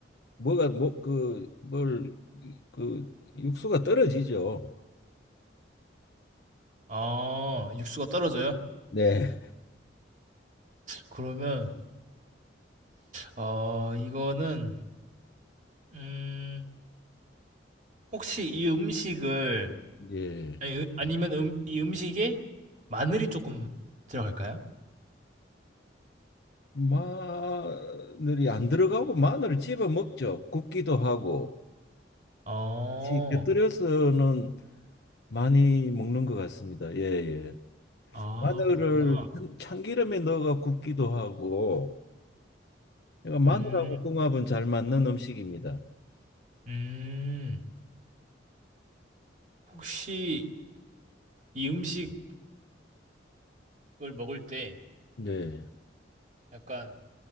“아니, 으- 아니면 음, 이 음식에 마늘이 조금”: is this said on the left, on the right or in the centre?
Right